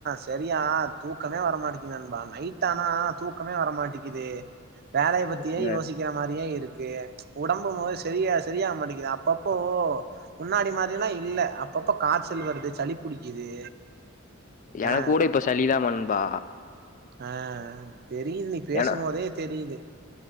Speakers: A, on the right (about 45°); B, on the left (about 35°).
A: சரியா தூக்கமே வரமாட்டெக்கி நண்பா நைட்டானா தூக்கமே வரமாட்டிக்கிது வேலைய பத்தியே
B: அ
A: யோசிக்கிற மாரியே இருக்கு ஒடம்பு மொத சரியா சரியாக மாட்டெக்குது அப்பப்போ முன்னாடி மாரில்லா இல்ல அப்பப்ப காச்சல் வருது சளி புடிக்குது
B: எனக்
A: ஆ
B: கூட இப்ப சளிதா நண்பா
A: ஆ ஆ தெரியிது நீ பேசும்மோதே
B: ஏன்னா
A: தெரியிது